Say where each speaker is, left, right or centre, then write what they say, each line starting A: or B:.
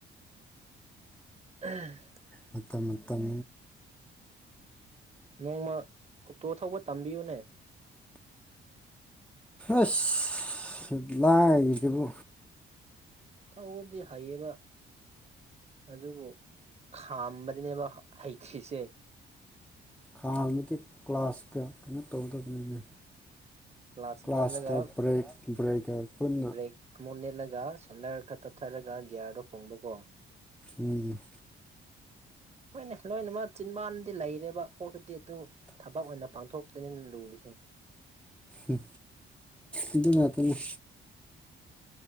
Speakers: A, on the right (about 30°); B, in the centre.
A: <unintelligible>
B: ꯃꯇꯝ ꯃꯇꯝ
A: ꯅꯣꯡꯃ ꯑꯣꯛꯇꯣ ꯊꯧꯕ ꯇꯝꯕꯤꯌꯨꯅꯦ
B: ꯑꯁ ꯂꯥꯏꯗꯕꯨ
A: ꯊꯧꯕꯗꯤ ꯍꯩꯌꯦꯕ ꯑꯗꯨꯕꯨ ꯈꯥꯝꯕꯗꯤꯅꯦꯕ ꯍꯩꯊ꯭ꯔꯤꯁꯦ
B: ꯍꯥꯟꯅꯗꯤ ꯀ꯭ꯂꯥꯁꯀ ꯀꯩꯅꯣ ꯇꯧꯗꯕꯅꯤꯅꯦ
A: ꯀ꯭ꯂꯥꯁ
B: ꯀ꯭ꯂꯥꯁꯀ
A: ꯅꯦꯠꯂꯒ
B: ꯕ꯭ꯔꯦꯛ ꯕ꯭ꯔꯦꯛꯀ ꯄꯨꯟꯅ
A: ꯕ꯭ꯔꯦꯛ ꯑꯃꯨꯛ ꯅꯦꯠꯂꯒ ꯁꯦꯂꯔ ꯈꯔ ꯇꯞꯊꯔꯒ ꯒꯤꯌꯥꯔꯗꯣ ꯍꯣꯡꯕꯀꯣ꯫
B: ꯎꯝ
A: ꯍꯣꯏꯅꯦ ꯂꯣꯏꯅꯃꯛ ꯆꯤꯟꯕꯥꯟꯗꯤ ꯂꯩꯔꯦꯕ ꯀꯣꯛꯇꯗꯤ ꯑꯗꯨ ꯊꯕꯛ ꯑꯣꯏꯅ ꯄꯥꯡꯊꯣꯛꯄꯗꯅꯤ ꯂꯨꯔꯤꯁꯦ꯫
B: ꯎꯝ ꯑꯗꯨ ꯉꯥꯛꯇꯅꯤ